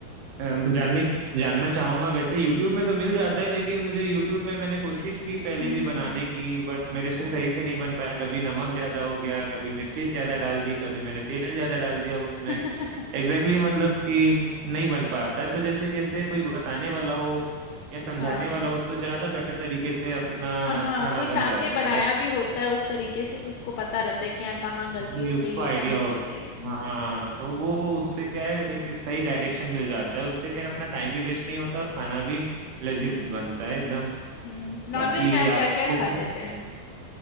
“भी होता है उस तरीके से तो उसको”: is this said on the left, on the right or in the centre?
Left